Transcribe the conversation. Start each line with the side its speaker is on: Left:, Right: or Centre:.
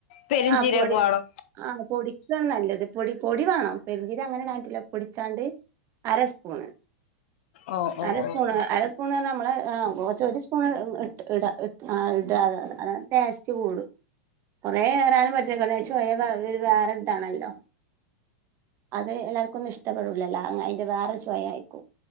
Left: പെരുംജീരകവാണോ
Right: ആ പൊടി ആ പൊടിക്കാണ് നല്ലത് അത് പൊടി പൊടി വേണം പെരിഞ്ചീരം അങ്ങനെ ഇടാടൻ പറ്റൂല പൊടിച്ചാണ്ട് അരസ്പൂണ്
Left: ഓ ഓ
Right: അരസ്പൂണ്
Left: ഓ ഓ
Right: അരസ്പൂണ് നമ്മളെ ആ കുറച്ച് ഒരു സ്പൂണ് ഇട ആ ഇട അത ടേസ്റ്റ് കൂടും കുറേ നും പറ്റ ചോയ് വേറെ ഇതാണല്ലോ അത് എല്ലാർക്കും ഒന്നും ഇഷ്ടപ്പെടില്ലല്ല അതിന്റെ വേറെ ചോയ ആയിക്കും